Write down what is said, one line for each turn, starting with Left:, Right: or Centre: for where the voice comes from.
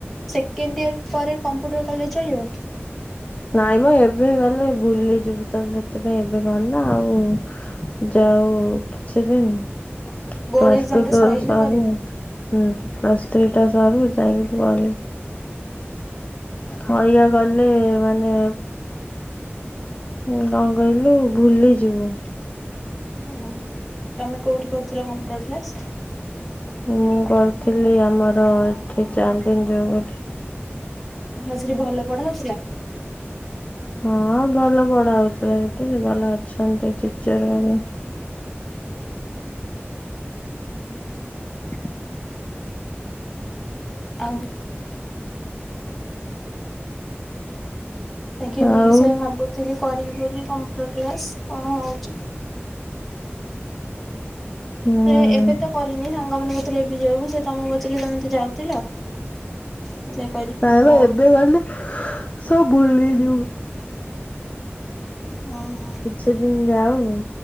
Centre: ସେକେଣ୍ଡ ଇୟର ପରେ କମ୍ପ୍ୟୁଟର କଲେଜ ଚଳିବ?
Left: ନାଇଁ ମ ଏବେ କଲେ ଭୁଲିଯିବି ତମେ ସବ ସେଥି ପାଇ ଏବେ କଣ ନା ଆଉ ଯାଉ କିଛି ଦିନି ପ୍ଲସ
Centre: ବୋର୍ଡ ଏକ୍ଜାମ
Left: ଟୁ
Centre: ଟା
Left: ତୋର
Centre: ସଇଲେ
Left: ସରୁ।
Centre: କରିବେ।
Left: ହୁଁ ପ୍ଲସ୍ ଥ୍ରୀ ଟା ସରୁ ଯାଇକି ତୁ କରିବୁ। ହଇଆ ଗଲେ ମାନେ ହୁଁ କଣ କହିଲୁ ଭୁଲି ଯିବୁ।
Centre: ହ ତମେ କୋଉଠି କରୁଥିଲ କମ୍ପ୍ୟୁଟର କ୍ଲାସ?
Left: ମୁଁ କରିଥିଲି ଆମର ଏଠି ଚାନ୍ଦିନ ଯୋଉ ଗୋଟେ
Centre: ହଁ ସେଠି ଭଲ ପଢା ହଉଥିଲା?
Left: ହଁ ଭଲ ପଢାହଉଥିଲା ସେଟି ଭଲ ଅଛନ୍ତି ଟିଚର ମାନେ
Centre: ହୁଁ ହୁଁ।
Left: <inaudible>
Centre: ଆଉ ଆଜ୍ଞା ମୁଁ
Left: ଆଉ
Centre: ବି ସେଆ ଭାବୁ ଥିଲି କରିବି ବୋଲି କମ୍ପ୍ୟୁଟର କ୍ଲାସ କଣ ହଉଛି?
Left: ହୁଁ
Centre: ସେ ଏବେ ତ କରିନି ସାଙ୍ଗ ମାନେ କହୁଥିଲେ ଏବେ ଯିବାକୁ ସେ ତମକୁ ପଚାରିଲି ତମେ ତ ଯାଉଥିଲ। ମୁଁ ସେୟା କହିଲି
Left: ନାଇବା
Centre: ବୋର୍ଡ
Left: ଏବେ ଗଲେ ସବୁ ଭୁଲି ଯିବୁ।
Centre: ହୁଁ ହୁଁ।
Left: ସେଦିନ ଯାଉ